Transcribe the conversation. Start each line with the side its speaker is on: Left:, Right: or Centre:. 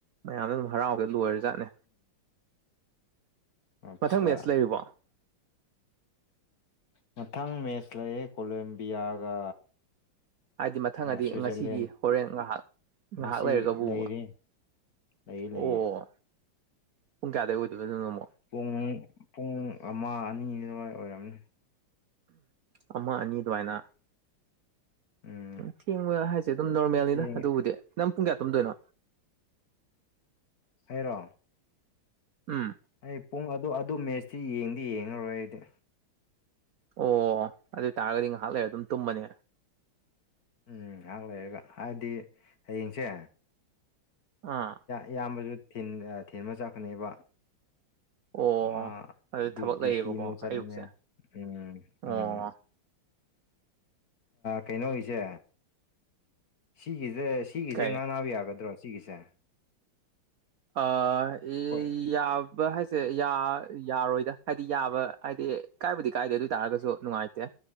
Right: ꯃꯌꯥꯝꯅ ꯑꯗꯨꯝ ꯍꯔꯥꯎꯗꯦ ꯂꯣꯏꯔꯖꯥꯠꯅꯦ
Left: ꯑꯆꯥ
Right: ꯃꯊꯪ ꯃꯦꯠꯁ ꯂꯩꯔꯤꯕꯣ <inaudible>
Left: ꯃꯊꯪ ꯃꯦꯠꯆ ꯂꯩ ꯀꯣꯂꯝꯕꯤꯌꯥꯒ
Right: ꯍꯥꯏꯗꯤ ꯃꯊꯪꯗꯤ
Left: ꯁ꯭ꯋꯤꯖꯔꯂꯦꯟ
Right: ꯉꯁꯤꯒꯤ ꯍꯣꯔꯦꯟ ꯉꯥꯏꯍꯥꯛ ꯉꯥꯏꯍꯥꯛ
Left: ꯉ
Right: ꯂꯩꯔꯒꯕꯨꯕ
Left: ꯂꯩꯔꯤ ꯂꯩꯌꯦ ꯂꯩꯌꯦ
Right: ꯑꯣ ꯄꯨꯡ ꯀꯌꯥꯗꯩ ꯑꯣꯏꯗꯣꯏꯕꯅꯣꯃꯣ
Left: ꯄꯨꯡ ꯄꯨꯡ ꯑꯃ ꯑꯅꯤ ꯑꯗꯨꯋꯥꯥꯏ ꯑꯣꯏꯔꯝꯅꯤ
Right: ꯑꯃ ꯑꯅꯤ ꯑꯗꯨꯃꯥꯏꯅ
Left: ꯎꯝ
Right: ꯊꯦꯡꯕ ꯍꯥꯏ ꯁꯤ ꯑꯗꯨꯝ ꯅꯣꯔꯃꯦꯜꯅꯤꯅ
Left: ꯊꯦꯡꯉꯦ
Right: ꯑꯗꯨꯕꯨꯗꯤ ꯅꯪ ꯄꯨꯡ ꯀꯌꯥ ꯇꯨꯝꯗꯣꯏꯅꯣ
Left: ꯍꯔꯣ
Right: ꯎꯝ
Left: ꯑꯩ ꯄꯨꯡ ꯑꯗꯨ ꯑꯗꯨ ꯃꯦꯠꯁꯇꯤ ꯌꯦꯡꯗꯤ ꯌꯦꯡꯉꯔꯣꯏ ꯑꯩꯗꯤ
Right: ꯑꯣ ꯑꯗꯨ ꯑꯣꯏꯇꯥꯥꯔꯒꯗꯤ ꯉꯥꯏꯍꯥꯛ ꯂꯩꯔ ꯑꯗꯨꯝ ꯇꯨꯝꯕꯅꯦ
Left: ꯎꯝ ꯍꯥꯛ ꯂꯩꯔꯒ ꯍꯥꯏꯗꯤ ꯍꯌꯦꯡꯁꯦ
Right: ꯑꯥ
Left: ꯏꯌꯥꯝꯕꯁꯨ ꯊ ꯊꯤꯟꯕ ꯆꯥꯛꯈꯠꯅꯩꯑꯕ
Right: ꯑꯣ
Left: ꯃꯥ
Right: ꯑꯗꯨ ꯊꯕꯛ
Left: ꯗ꯭ꯌꯨꯇꯤ
Right: ꯂꯩꯌꯦꯕꯀꯣ
Left: ꯃ ꯆꯅꯦ
Right: ꯑꯌꯨꯛꯁꯦ
Left: ꯎꯝ
Right: ꯑꯣ
Left: ꯎꯝ ꯀꯩꯅꯣꯒꯤꯁꯦ ꯁꯤꯒꯤꯁꯦ ꯁꯤꯒꯤꯁꯦ
Right: ꯀꯩ
Left: ꯉꯥ ꯅꯥꯕ ꯌꯥꯒꯗ꯭ꯔꯣ ꯁꯤꯒꯤꯁꯦ
Right: ꯑ
Left: ꯑꯩꯈꯣꯏ
Right: ꯌꯥ ꯕ ꯍꯥꯏꯁꯦ ꯌꯥꯔꯣꯏꯗ ꯍꯥꯏꯗꯤ ꯌꯥꯕ ꯍꯥꯏꯗꯤ ꯀꯥꯏꯕꯨꯗꯤ ꯀꯥꯏꯗꯦ ꯑꯗꯨꯏ ꯇꯥꯔꯒꯁꯨ ꯅꯨꯡꯉꯥꯏꯇꯦ